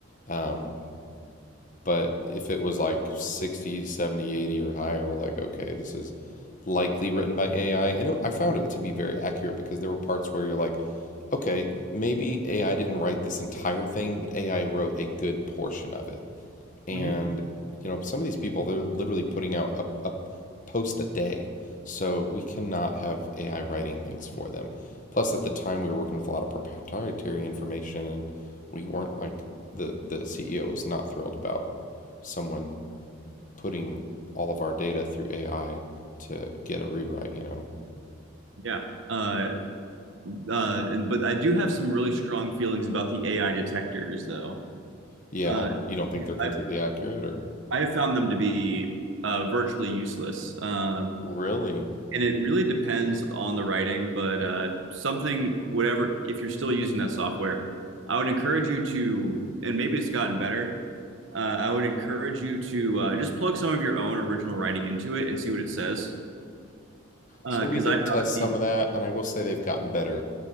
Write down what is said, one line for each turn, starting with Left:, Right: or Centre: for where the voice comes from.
Left: Um, but if it was like 60, 70, 80, or higher, we're like, okay, this is likely written by AI. And it, I found it to be very accurate because there were parts where you're like, okay, maybe AI didn't write this entire thing, but AI wrote a good portion of it and
Right: hmm
Left: you know some of these people they're literally putting out a, a post a day so we cannot have ai writing things for them plus at the time we were working with a lot of proprietary information and we weren't like the the ceo was not thrilled about someone putting all of our data through ai to get a rewrite you know
Right: yeah. Uh, uh, and, but I do have some really strong feelings about the AI detectors, though.
Left: yeah
Right: Uh,
Left: you don't think
Right: because
Left: they're completely
Right: I've
Left: accurate or
Right: I have found them to be uh, virtually useless. Uh,
Left: really
Right: And it really depends on the writing, but uh, something, whatever, if you're still using that software, I would encourage you to, and maybe it's gotten better, uh, I would encourage you to uh, just plug some of your own original writing into it and see what it says. Because
Left: so we did
Right: uh, I found
Left: test some
Right: the,
Left: of that and i will say they've gotten better